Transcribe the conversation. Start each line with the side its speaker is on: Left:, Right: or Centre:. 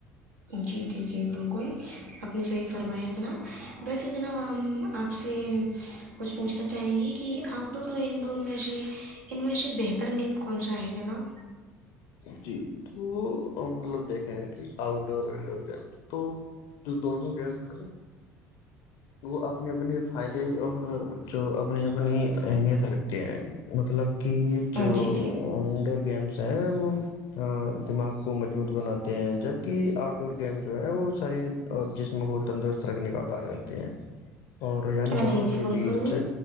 Right: جی جی جی بالکل اپنی صحیح فرمائییا جناب ویسے جناب ہم آپ سے کچھ پوچھ چاہیں گے کہ آؤٹ ڈور اور انڈور میں سے ان میں سے بہتر گیم کون سا ہے جناب
Left: جی تو مطلب دیکھے ہیں کہ آؤٹ ڈور اور انڈور گیم تو جو دونوں گیمس ہیں وہ اپنے اپنے فائدے اور جو اپنی اپنی اہمیت رکھتے ہیں مطلب کہ جو
Right: جی جی
Left: انڈور گیمس ہیں دماغ کو مضبوط بناتے ہیں جبکہ آؤٹ ڈور گیم جو ہے وہ ساری اور جسم کو تندرست رکھنے کا کار ا <unintelligible> اور یعنی
Right: ہاں
Left: دونوں
Right: جی جی
Left: کے
Right: بالکل
Left: بیچ